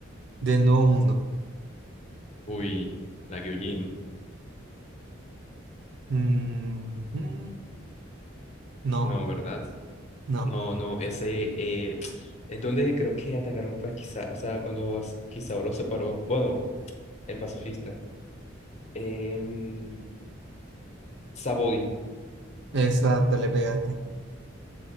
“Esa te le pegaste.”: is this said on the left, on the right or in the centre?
Right